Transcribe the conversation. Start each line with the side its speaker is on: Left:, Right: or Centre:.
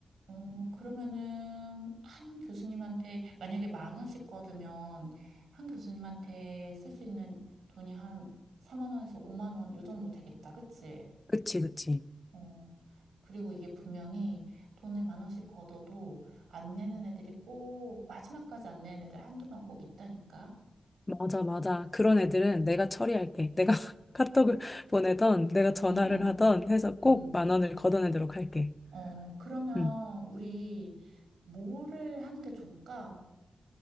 Right: 어, 그러면은 한 교수님한테 만약에 만 원씩 거두면 한 교수님한테 쓸 수 있는 돈이 한 4만 원에서 5만 원 요 정도 되겠다. 그치?
Left: 그치, 그치.
Right: 어. 그리고 이게 분명히 돈을 만 원씩 걷어도 안 내는 애들이 꼭 마지막까지 안 내는 애들 한두 명 꼭 있다니까.
Left: 맞아, 맞아. 그런 애들은 내가 처리할게. 내가 <laughs> 카톡을 보내던, 내가 전화를
Right: 응, 응,
Left: 하던 해서 꼭
Right: 응.
Left: 만 원을 걷어내도록 할게.
Right: 어, 그러면
Left: 음.
Right: 우리 뭐를 하는 게 좋을까?